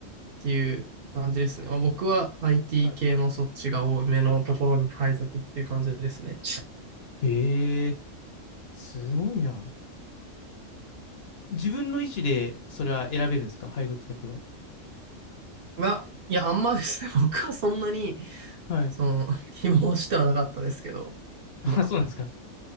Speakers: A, on the right; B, on the left.
A: ていう感じですね。まあ僕は IT
B: はい。
A: 系のそっちが多めのところに配属っていう感じですね。
B: ええ、すごいな。自分の意思で、それは選べるんですか配属先は。
A: いやいや、あんまですね、<laughs> 僕はそんなに、
B: はい。
A: その、<laughs> 希望してはなかったですけど、
B: あ、
A: ま
B: そうなんですか。